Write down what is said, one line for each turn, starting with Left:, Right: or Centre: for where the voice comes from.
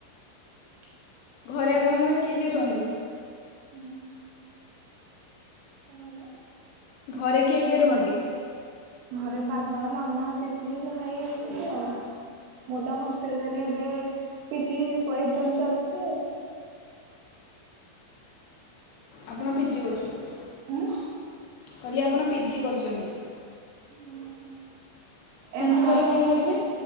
Right: ହଁ।
Left: ଘରେ ଆପଣଙ୍କର କିଏ କିଏ ରୁହନ୍ତି?
Right: ହୁଁ କଣ କହିଲ?
Left: ଘରେ କିଏ କିଏ ରୁହନ୍ତି?
Right: ଘରେ ବାବା, ମାମା, ଦିଦି, ଭାଇ ଅଛନ୍ତି ଆଉ। ମୁ ତ ହଷ୍ଟେଲରେ ଏବେ ପି ଜି ଏକଜାମ ଚାଲିଚି।
Left: ଆପଣ ପି ଜି କରୁଚନ୍ତି?
Right: ଉଁ
Left: କଲି ଆପଣ ପି ଜି କରୁଚନ୍ତି?
Right: ହୁଁ।
Left: ପିଜି
Right: ଏମ୍ କମ୍
Left: ପରେ କଣ
Right: କରୁଚି।
Left: କରିବେ?